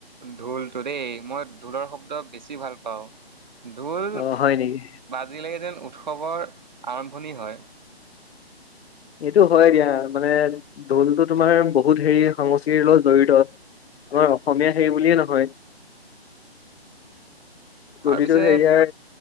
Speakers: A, on the right; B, on the left.
A: ঢোলতো দেই মই ঢোলৰ শব্দ বেছি ভাল পাওঁ অওঁ ঢোল
B: অ হয় নেকি
A: বাজিলে যেন উৎসৱৰ আৰম্ভণি হয়
B: এইটো হয় দিয়া মানে ঢোলটো তোমাৰ বহুত হেৰি সংস্কৃতিৰ লগত জড়িত, তোমাৰ অসমীয়া হেৰি বুলিয়ে নহয়। প্ৰতিটো
A: আৰু পিছে
B: হেৰিয়াৰ